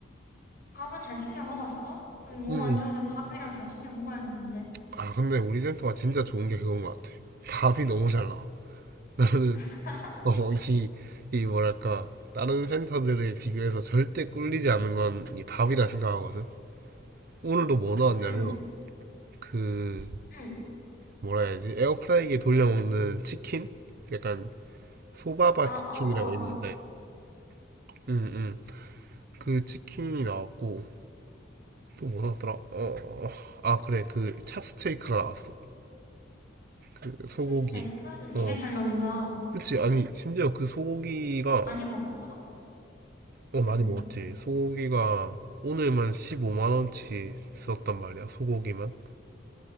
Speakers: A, on the left (about 50°); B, on the right (about 50°).
A: 밥은 잘 챙겨 먹었어? 좀 몸
B: 음.
A: 안 좋으면 밥이랑 잘 챙겨 먹어야 되는데.
B: 아, 근데 우리 센터가 진짜 좋은 게 그건 것 같아. 밥이 너무 잘 나와. <laughs> 나는,
A: <laughs>
B: 어, 이, 이 뭐랄까. 다른 센터들에 비교해서 절대 꿀리지 않는 건 이 밥이라 생각하거든. 오늘도 뭐 나왔냐면,
A: 응,
B: 그,
A: 응.
B: 뭐라 해야지 에어프라이기에 돌려 먹는 치킨 약간 소바바
A: 아,
B: 치킨이라고
A: 어, 어,
B: 있는데
A: 어.
B: 응응 그 치킨이 나왔고 또 뭐 나왔더라 어아 그래 그 찹스테이크가 나왔어 그 소고기
A: 캡스테이크? 되게
B: 어
A: 잘 나온다.
B: 그치 아니 심지어 그 소고기가
A: 많이 먹었어?
B: 어 많이
A: 응.
B: 먹었지 소고기가 오늘만 15만 원치 썼단 말이야 소고기만